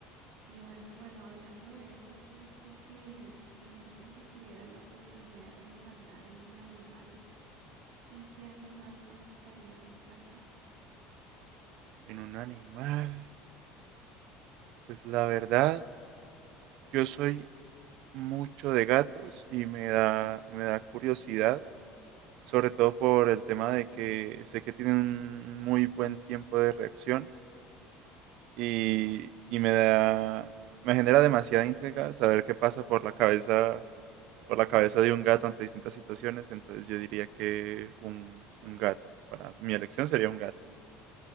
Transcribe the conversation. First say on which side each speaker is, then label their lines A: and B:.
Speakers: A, on the right (about 90°); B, on the right (about 65°).
A: y bue- bueno, hablando de eso, ¿tú, tú qué dices? Por ejemplo, si tuvieras la oportunidad de reencarnar en un animal. ¿En qué animal te gustaría reencarnar?
B: ¿En un animal? Pues la verdad, yo soy mucho de gatos y me da, me da curiosidad, sobre todo por el tema de que sé que tienen un muy buen tiempo de reacción y, y me da, me genera demasiada intriga saber qué pasa por la cabeza, por la cabeza de un gato ante distintas situaciones, entonces yo diría que un, un gato. Para mi elección sería un gato.